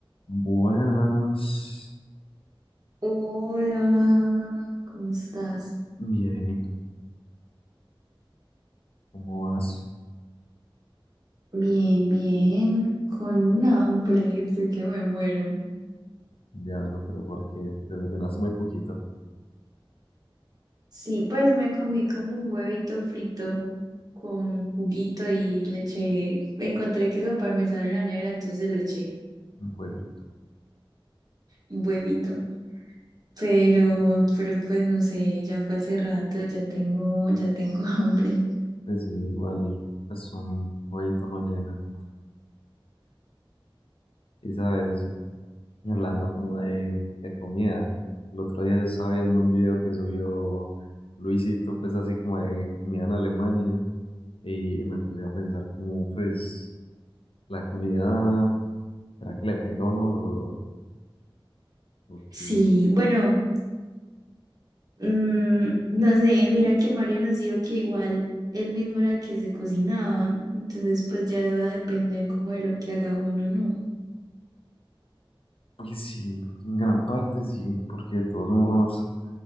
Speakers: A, on the left; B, on the right.
A: Buenas.
B: Hola, ¿cómo estás?
A: Bien, ¿y tú? ¿Cómo vas?
B: Bien, bien, con un hambre, estoy que me muero.
A: Diablo, pero porque desayunaste muy poquito,
B: Sí, pues me comí como un huevito frito con juguito y le eché, encontré queso parmesano en la nevera, entonces le eché
A: un huevito.
B: un huevito. Pero, pero pues no sé, ya fue hace rato, ya tengo, ya tengo <laughs> hambre.
A: Pues sí, igual, pues un huevito no llena. Y sabes, y hablando como de, de comida, el otro día yo estaba viendo un video que subió Luisito, pues así como de comida en Alemania, y, y me puse a pensar como, pues, la comida, ¿será que le pega a uno duro? Ok,
B: Sí, bueno, Mm, no sé, mira que Mario nos dijo que igual él mismo era el que se cocinaba, entonces pues ya va a depender como de lo que haga uno, ¿no?
A: Pues sí, en gran parte sí, porque de todos modos,